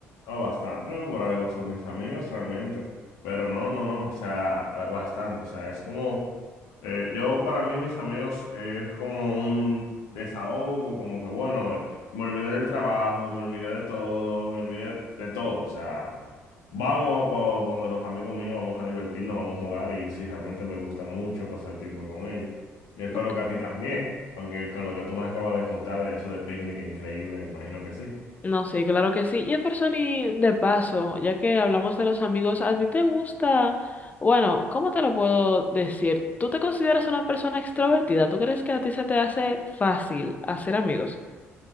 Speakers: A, on the left; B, on the left.
A: No, bastante, ¿no? por algo son mis amigos realmente. Pero no, no, no, o sea, eh, bastante. O sea, es como, eh, yo para mí mis amigos eh, es como un desahogo, como que bueno, eh, me olvidé del trabajo, me olvidé de todo, me olvidé de todo. O sea, vamos por donde los amigos míos, vamos a divertirnos, vamos a jugar y sí, realmente me gusta mucho pasar tiempo con ellos. Y espero
B: Okay.
A: que a ti también, aunque con lo que tú me acabas de contar de eso de picnic, increíble, imagino que sí.
B: No, sí, claro que sí. Jefferson, y de paso, ya que hablamos de los amigos, ¿a ti te gusta? Bueno, ¿cómo te lo puedo decir? ¿Tú te consideras una persona extrovertida? ¿Tú crees que a ti se te hace fácil hacer amigos?